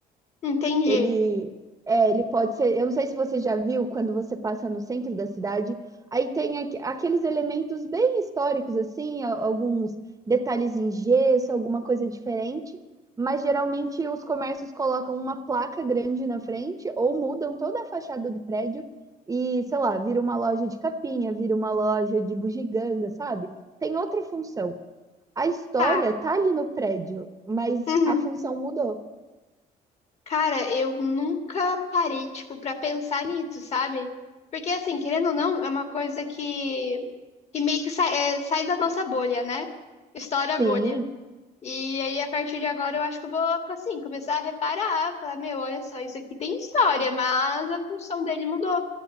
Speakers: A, on the left; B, on the right.
A: entendi.
B: Ele é, ele pode ser. Eu não sei se você já viu quando você passa no centro da cidade, aí tem aqu- aqueles elementos bem históricos, assim, a- alguns detalhes em gesso, alguma coisa diferente, mas geralmente os comércios colocam uma placa grande na frente ou mudam toda a fachada do prédio e, sei lá, vira uma loja de capinha, vira uma loja de bugiganga, sabe? Tem outra função. A história
A: Tá.
B: tá ali no prédio, mas
A: Uhum.
B: a função mudou.
A: Cara, eu nunca parei, tipo, pra pensar nisso, sabe? Porque, assim, querendo ou não, é uma coisa que, que meio que sai, é, sai da nossa bolha, né? Estoura a
B: Sim,
A: bolha. E aí, a partir de agora, eu acho que eu vou, assim, começar a reparar, falar, meu, olha só, isso aqui tem história, mas a função dele mudou.